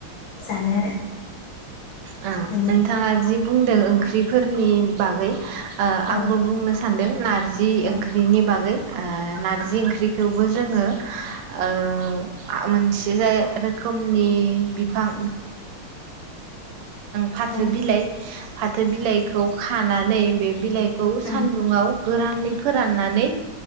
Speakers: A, on the left; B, on the right.
A: जानो आरो
B: ओ नोंथाङा
A: बेनि
B: जि बुंदों ओंख्रिफोरनि बागै ओ
A: औ
B: आंबो बुंनो सान्दों नारजि जि
A: औ
B: ओंख्रिनि बागै ओ नारजि ओंख्रि थेवबो जोंङो ओ मोनसे रोखोमनि बिफां फाथो
A: औ
B: बिलाइ फाथो बिलाइखौ खानानै बे बिलाइखौ
A: उम
B: सानदुंङआव गोरानै फोराननानै